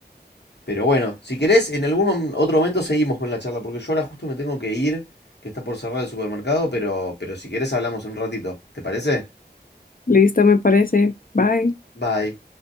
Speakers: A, on the left; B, on the left.
A: Pero bueno, si querés, en algún otro momento seguimos con la charla, porque yo ahora justo me tengo que ir, que está por cerrar el supermercado, pero, pero si querés hablamos en un ratito. ¿Te parece?
B: Listo, me parece. Bye.
A: Bye.